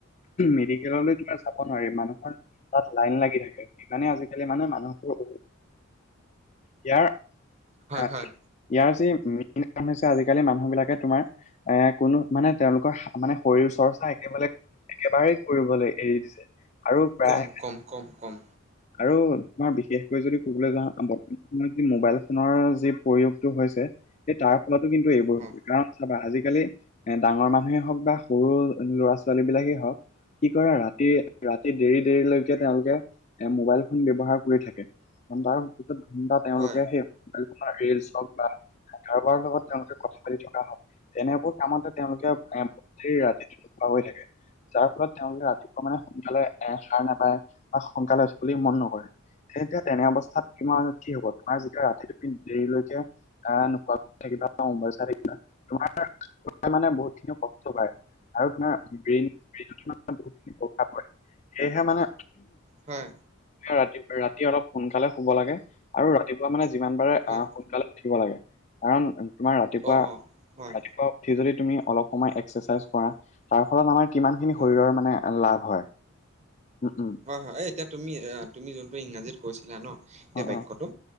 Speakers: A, on the left; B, on the right.
A: মেডিকেললৈ তোমাৰ যাব নোৱাৰি মানুহৰ তাত লাইন লাগি থাকে সিমানে আজিকালি মানে মানুহবোৰ ইয়াৰ
B: হয় হয়
A: ইয়াৰ যি <inaudible> হৈছে আজিকালি মানুহ বিলাকে তোমাৰ এ কোনো মানে তেওঁলোকৰ মানে শৰীৰ চৰ্চা একেবাৰে একেবাৰেই কৰিবলৈ এৰি দিছে আৰু প্ৰায়
B: কম কম কম কম
A: আৰু আমাৰ বিশেষকৈ যদি ক'বলৈ যাওঁ বৰ্তমান সময়ত যি মোবাইল ফোনৰ যি প্ৰয়োগটো হৈছে সেই তাৰ ফলতো কিন্তু এইবোৰ
B: হয়
A: হৈ হৈছে কাৰণ চাবা আজিকালি এ ডাঙৰ মানুহেই হওক বা সৰু ল'ৰা ছোৱালী বিলাকেই হওক কি কৰে ৰাতি ৰাতি দেৰি দেৰিলৈকে তেওঁলোকে এ মোবাইল ফোন ব্যৱহাৰ কৰি থাকে। <inaudible> তেওঁলোকে সেই মোবাইল
B: হয়
A: ফোনৰ ৰিলচ হওক বা কাৰোবাৰ লগত তেওঁলোকে কথা পাতি থকা হয়। তেনেকুৱা কামতে তেওঁলোকে এ ৰাতিটোত নোখোৱাকৈ থাকে। যাৰ ফলত তেওঁলোকে ৰাতিপুৱা মানে সোনকালে এ সাৰ নাপায় বা সোনকালে উঠিবলৈ মন নকৰে। তেতিয়া তেনে অৱস্থাত কিমান কি হ'ব তোমাৰ যেতিয়া ৰাতি টোপনি দেৰিলৈকে এ নোহোৱা। <unintelligible> মানে বহুত খিনিও কষ্ট পায় আৰু তোমাৰ ব্ৰেইন ব্ৰেইন বহুত খিনি প্ৰভাৱ পৰে। সেয়েহে মানে
B: হয়
A: ৰাতি ৰাতি অলপ সোনকালে শুব লাগে। আৰু ৰাতিপুৱা মানে যিমান পাৰা
B: হয়
A: অ সোনকালে উঠিব লাগে। কাৰণ তোমাৰ ৰাতিপুৱা
B: অ অ হয়
A: ৰাতিপুৱা উঠি যদি তুমি অলপ সময় এক্সাৰচাইজ কৰা। তাৰ ফলত আমাৰ কিমান খিনি
B: হয়
A: শৰীৰৰ মানে লাভ হয় উম উম।
B: হয় হয় এই এতিয়া তুমি তুমি যোনটো ইংৰাজীত কৈছিলা ন সেই
A: অ
B: বাক্যটো।
A: অ।